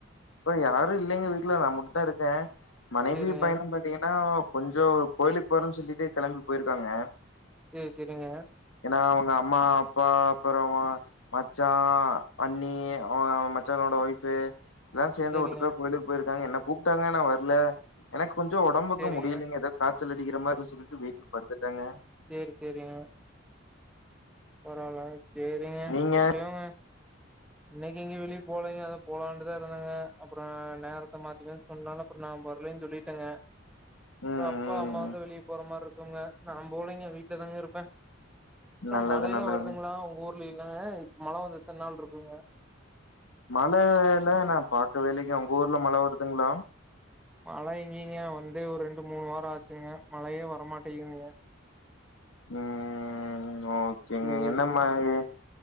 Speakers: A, on the left; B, in the centre.
A: இப்ப யாரு இல்லைங்க வீட்டுல நா மட்டுந்தான் இருக்கே மனைவியு
B: சேரிங்க
A: பையனு பா்த்தீங்கன்னா கொஞ்சம் கோயிலுக்கு போறேன்னு சொல்லிட்டு கெளம்பி போயிருக்காங்க
B: சேரி சேரிங்க
A: ஏன்னா அவங்க அம்மா அப்பா அப்பறமா மச்சா அண்ணி அவ மச்சானோட ஒய்ஃபு எல்லாரு சேந்து
B: சேரிங்க
A: ஒட்டுக்க கோயிலுக்கு போயிருக்காங்க என்ன கூப்ட்டாங்க நா வரல எனக்கு கொஞ்சோ ஒடம்புக்கு
B: சேரிங்க
A: முடியிலங்க எத காச்சல் அடிக்கரமானு சொல்லிட்டு வீட்ல படுத்துட்டேங்க
B: சேரி சேரிங்க பரவால சேரிங்க
A: நீங்க
B: எப்டியோங்க
A: <inaudible>
B: இன்னைக்கு எங்க வெளிய போலைங்க அதா போலாண்டுதா இருந்தேங்க அப்பறம் நேரத்த மாத்தி மாத்தி சொன்னால அப்பற நா வரலன் சொல்லிட்டேங்க
A: ம்
B: அப்பா
A: ம்
B: அம்மா
A: ம்
B: வந்து வெளிய போற மாரி இருக்குங்க நா போலைங்க வீட்ல தாங்க இருப்பே
A: நல்லது
B: மழைல்லா
A: நல்லது
B: வருதுங்களா உங்க ஊர்லல்ல மழ வந்து எத்ன நாள் இருக்குங்க
A: மழ இல நா பாக்கவேலிங்க உங்க ஊர்ல மழ வருதுங்ளா
B: மழ எங்கீங்க வந்தே ஒரு ரெண்டு மூணு வார ஆச்சுங்க மழையே வரமாட்டேங்துக
A: ம் ஓகேங்க
B: சேரி
A: என்ன
B: ஓகே
A: <unintelligible>